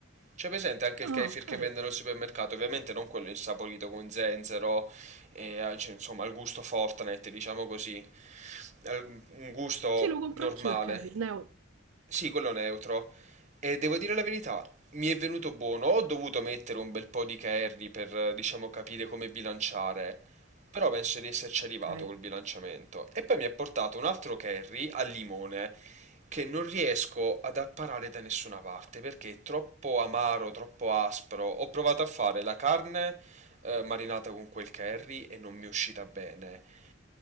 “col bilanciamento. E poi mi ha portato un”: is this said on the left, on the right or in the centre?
Right